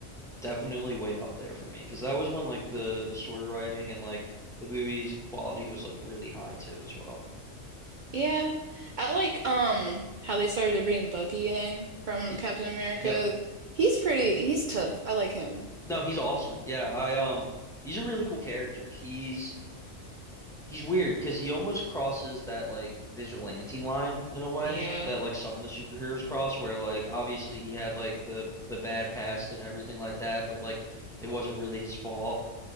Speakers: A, in the centre; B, on the right.
A: definitely way up there for me because that was when like the the story writing and like the movie's quality was like really high too as well.
B: yeah, I like um how they started to bring Bucky in from
A: Y
B: Captain America.
A: yep.
B: He's pretty, he's tough. I like him.
A: No, he's awesome. Yeah, I um he's a really cool character. He's He's weird because he almost crosses that like vigilante line in a way
B: Yeah.
A: that like some of the superheroes cross, where like obviously he had like the the bad past and everything like that, but like it wasn't really his fault.